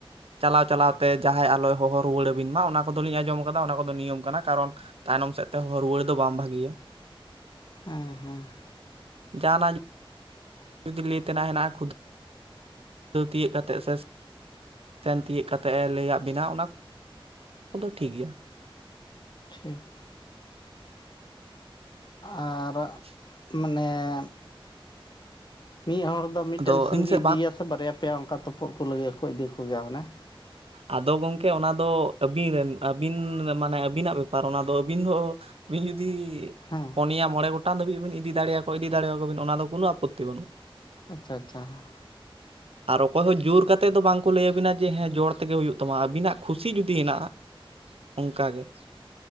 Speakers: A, on the right (about 85°); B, on the left (about 50°).
A: ᱪᱟᱞᱟᱣ ᱪᱟᱞᱟᱣᱛᱮ ᱡᱟᱦᱟᱸᱭ ᱟᱞᱚᱭ ᱦᱚᱦᱚ ᱨᱩᱣᱟᱹᱲ ᱟᱹᱵᱤᱱ ᱢᱟ, ᱚᱱᱟ ᱠᱚᱫᱚᱞᱤᱧ ᱟᱸᱡᱚᱢ ᱟᱠᱟᱫᱟ ᱚᱱᱟ ᱠᱚᱫᱚ ᱱᱤᱭᱚᱢ ᱠᱟᱱᱟ᱾ ᱠᱟᱨᱚᱱ ᱛᱟᱭᱱᱚᱢ ᱥᱮᱜ ᱛᱮ ᱦᱚᱦᱚ ᱨᱩᱣᱟᱹᱲ ᱫᱚ ᱵᱟᱝ ᱵᱷᱟᱹᱜᱤᱭᱟ ᱾
B: ᱦᱮᱸ ᱦᱮᱸ ᱾
A: ᱡᱟᱦᱟᱸᱱᱟᱜ ᱡᱩᱫᱤ ᱞᱟᱹᱭ ᱛᱮᱱᱟᱜ ᱦᱮᱱᱟᱜᱼᱟ, ᱠᱷᱩ ᱥᱟᱹᱣ ᱛᱤᱭᱟᱹᱜ ᱠᱟᱛᱮᱜ ᱥᱮ ᱥᱮᱱ ᱛᱤᱭᱟᱹᱜ ᱠᱟᱛᱮᱜ ᱮ ᱞᱮᱭᱟᱜ ᱵᱤᱱᱟ ᱚᱱᱟ ᱠᱚᱫᱚ ᱴᱷᱤᱠ ᱜᱮᱭᱟ ᱾
B: ᱴᱷᱤᱠ ᱾ ᱟᱨᱻ
A: ᱟᱪᱪᱷᱟ ᱾
B: ᱢᱟᱱᱮ ᱢᱤᱫ ᱦᱚᱲ ᱫᱚ ᱢᱤᱜᱴᱮᱱ
A: ᱟᱫᱚ ᱟᱹᱵᱤᱱ
B: ᱥᱤᱢ ᱜᱮ
A: ᱥᱮᱫ
B: ᱤᱫᱤᱭᱟᱥᱮ
A: ᱵᱟᱝ
B: ᱵᱟᱨᱭᱟ ᱯᱮᱭᱟ, ᱚᱝᱠᱟ ᱛᱳᱯᱳᱫ ᱠᱚ ᱞᱟᱹᱭᱟᱠᱚ ᱤᱫᱤ ᱠᱚ ᱜᱮᱭᱟ ᱚᱱᱮ ᱾ <inaudible>
A: ᱟᱫᱚ ᱜᱚᱝᱠᱮ ᱚᱱᱟ ᱫᱚ ᱟᱹᱵᱤᱱ ᱨᱮᱱ, ᱟᱹᱵᱤᱱ ᱢᱟᱱᱮ ᱟᱹᱵᱤᱱᱟᱜ ᱵᱮᱯᱟᱨ ᱚᱱᱟ ᱫᱚ᱾ ᱟᱹᱵᱤᱱ ᱫᱚ ᱟᱹᱵᱤᱱ ᱡᱩᱫᱤ
B: ᱦᱮᱸ
A: ᱯᱚᱱᱮᱭᱟ ᱢᱚᱬᱮ ᱜᱚᱴᱟᱝ ᱫᱷᱟᱹᱵᱤᱡ ᱦᱚᱵᱤᱱ ᱤᱫᱤ ᱫᱟᱲᱮᱭᱟ ᱠᱚᱣᱟ, ᱤᱫᱤ ᱫᱮᱲᱮᱭᱟ ᱠᱚᱣᱟ ᱵᱤᱱ ᱚᱱᱟ ᱫᱚ ᱠᱳᱱᱳ ᱟᱯᱚᱛᱛᱤ ᱵᱟᱹᱱᱩᱜ ᱾
B: ᱟᱪᱪᱷᱟ ᱟᱪᱪᱷᱟ ᱾
A: ᱟᱨ ᱚᱠᱚᱭ ᱦᱚᱸ ᱡᱳᱨ ᱠᱟᱛᱮ ᱫᱚ ᱵᱟᱝᱠᱚ ᱞᱟᱹᱭᱟᱵᱤᱱᱟ ᱡᱮ ᱦᱮᱸ ᱡᱚᱲ ᱛᱮᱜᱮ ᱦᱩᱭᱩᱜ ᱛᱟᱢᱟ, ᱟᱹᱵᱤᱱᱟᱜ ᱠᱷᱩᱥᱤ ᱡᱩᱫᱤ ᱦᱮᱱᱟᱜᱼᱟ ᱾ ᱚᱝᱠᱟᱜᱮ ᱾